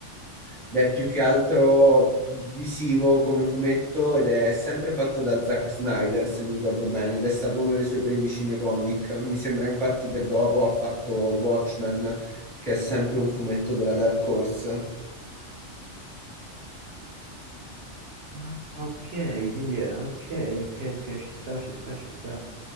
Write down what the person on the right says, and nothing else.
Ah, ok, quindi è- ok, ok, ok, ci sta, ci sta, ci sta.